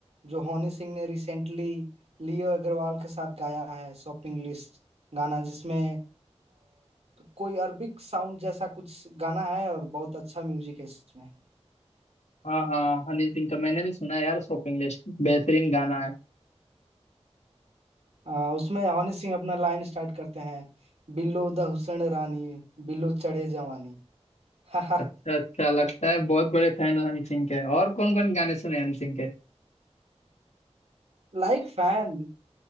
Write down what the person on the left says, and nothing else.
हाँ हाँ हनी सिंह का मैंने भी सुना है यार शॉपिंग लिस्ट बेहतरीन गाना है
अच्छा अच्छा लगता है बहुत बड़े फैन हो हनी सिंह के और कौन कौन गाने सुने हैं हनी सिंह के